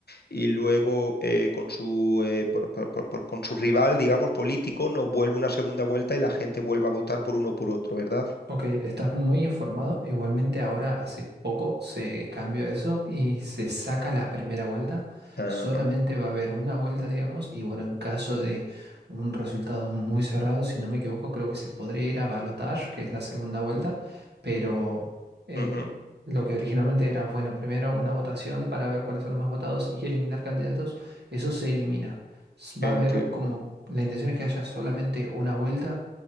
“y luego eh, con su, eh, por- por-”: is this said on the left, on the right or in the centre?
Left